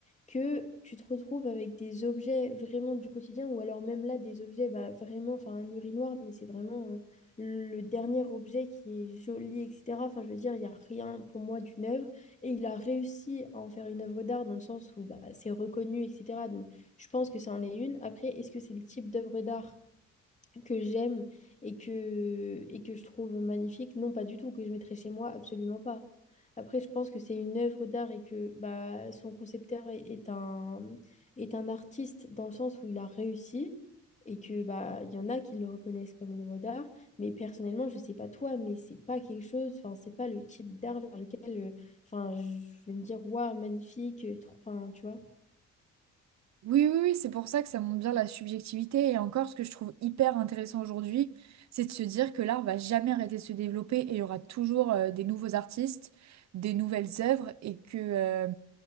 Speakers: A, on the left; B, on the right.
A: que tu te retrouves avec des objets vraiment du quotidien ou alors même là, des objets bah, vraiment, enfin un urinoir, mais c'est vraiment euh, le dernier objet qui est joli, etc. Enfin, je veux dire, il n'y a rien pour moi d'une œuvre. Et il a réussi à en faire une œuvre d'art dans le sens où bah, c'est reconnu, etc. Donc, je pense que ça en est une. Après, est-ce que c'est le type d'œuvre d'art que j'aime et que, et que je trouve magnifique, non, pas du tout, que je mettrais chez moi, absolument pas. Après, je pense que c'est une œuvre d'art et que bah, son concepteur est, est un, est un artiste dans le sens où il a réussi et que bah, il y en a qui le reconnaissent comme une œuvre d'art. Mais personnellement, je sais pas toi, mais c'est pas quelque chose, enfin, c'est pas le type d'art vers lequel euh, enfin, je vais me dire, waouh, magnifique, trop- enfin, tu vois.
B: Oui, oui, oui, c'est pour ça que ça montre bien la subjectivité. Et encore, ce que je trouve hyper intéressant aujourd'hui, c'est de se dire que l'art va jamais arrêter de se développer et il y aura toujours euh, des nouveaux artistes, des nouvelles œuvres et que euh,